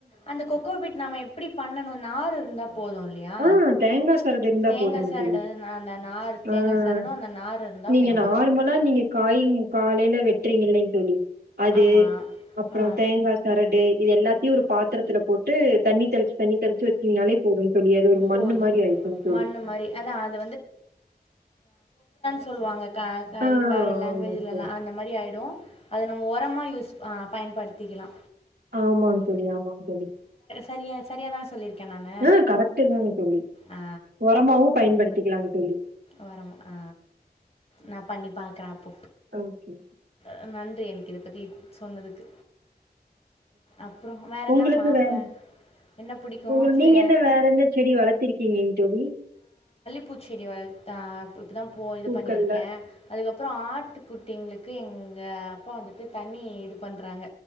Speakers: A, on the left (about 40°); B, on the right (about 70°).
A: அந்த கொக்கோபீட் நாம எப்டி பண்ணணு நார் இருந்தா போது இல்லையா
B: ஆ தேங்கா சரடு இருந்தா
A: தேங்கா
B: போதுங்க
A: சரட
B: தோழி
A: அந்த நார் தேங்க
B: ஆ
A: சரடு அந்த நார் இருந்தா
B: நீங்க
A: போது
B: நார்மலா நீங்க காய் காலையில வெட்றீங்க இல்லைங்க தோழி அது
A: ஆமாம்
B: அப்பறோ
A: ஆ
B: தேங்காய் சரடு இது எல்லாத்தையும் ஒரு பாத்துரத்துல போட்டு தண்ணி தெளிச் தண்ணி தெளிச்சு வச்சீங்கனாலே போறும்ன்னு சொல்லி அது ஒரு
A: போதும்
B: மண்ணு மாரி ஆயிரு தோ தோழி
A: மண் மாதிரி அதான் அது சொல்வாங்க காக
B: ஆ
A: இது வேற லாங்குவேஜுலெல்லா
B: ஆமாங்க தோழி
A: அந்த மாரி ஆயிடும் அது நம்ம ஒரமா ரிஸ்க் அ பயன்படுத்திக்கிலா
B: ஆமாங் தோழிஆமாங்க தோழி
A: சரியா சரியாக தானே சொல்லியிருக்கேன் நான்
B: ஆ கரக்ட்டுதாங்க தோழி
A: ஆ
B: ஒரமாவு பயன்படுத்திக்கலாங்க தோழி
A: ஒரமா ஆ நா பண்ணி பாக்குறே அப் போ
B: ஓகே
A: அ நன்றி எனக்கு இரு த பத்தி சொன்னதுக்கு அப்புறம் வேறு என்னம்மா
B: உங்களுக்கு வேற
A: வே என்ன பிடிக்கும்
B: உங்க
A: ஃப்ரி
B: நீங்க என்ன வேற என்ன செடி வளத்திருக்கீங்கன்னு தோழி
A: பூச் செடி வளத் தா இப்போ தா போ இது
B: பூக்கள்ல
A: பண்ணியிருக்கே அதுக்கப்பறோ ஆட்டு குட்டிங்களுக் க்கு எங் எங்கள் அப்பா வந்துட்டு தண்ணி இது பண்ணுறாங்க